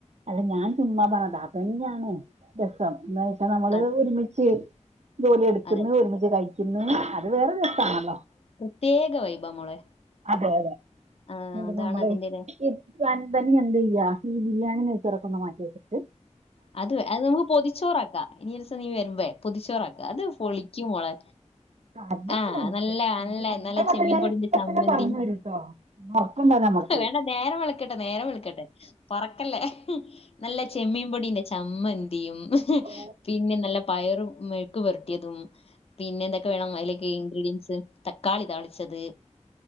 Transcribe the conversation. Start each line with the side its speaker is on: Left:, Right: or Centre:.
Right: അല്ല ഞാൻ ചുമ്മാ പറതാപ്പ ആഹ് രസം എന്താ വെച്ചാ നമ്മള്
Left: അത്
Right: ഒരുമിച്ച് ജോലി എടുക്കുന്ന്
Left: അതെ
Right: ഒരുമിച്ച് കയി <inaudible> അത് വേറൊരു രസാണല്ലോ
Left: പ്രേത്യേക വൈബ് ആ മോളെ
Right: അതെ അതെ
Left: ആ,
Right: <unintelligible>
Left: അതാണ്
Right: നമ്മള്
Left: അതിന്റെ ഒരു-
Right: <unintelligible> തന്നെ എന്ത് ചെയ്യ ഈ ബിരിയാണി നെച്ചിറക്കുന്ന മാറ്റിവെച്ചിട്ട്
Left: അത് അത് നമുക്ക് പൊതിച്ചോറാക്കാം ഇനി ഒരൂസം നീ വരുമ്പേ പൊതിച്ചോർ ആക്കാം അത് പൊളിക്കും മോളെ
Right: അത്
Left: ആഹ്
Right: പൊളിച്ചു
Left: നല്ല നല്ല
Right: ഞങ്ങളെ
Left: നല്ല ചെമ്മീൻ
Right: കഥ ഞാൻ
Left: പൊടീന്റെ
Right: ഇപ്പൊ
Left: ചമ്മന്തി
Right: തന്നെ പറഞ്ഞു തരൂട്ടോ ഉറക്കുണ്ടോ നമുക്ക്
Left: വേണ്ട നേരം വെളുക്കട്ടെ നേരം വെളുക്കട്ടെ പറക്കല്ലേ നല്ല ചെമ്മീൻ പൊടീന്റെ ചമ്മന്തി യും
Right: ഓ
Left: പിന്നെ നല്ല പയറു മെഴുക്കുപിരട്ടിയതും പിന്നെ എന്തൊക്കെ വേണം ഇല <inaudible> തക്കാളി താളിച്ചത്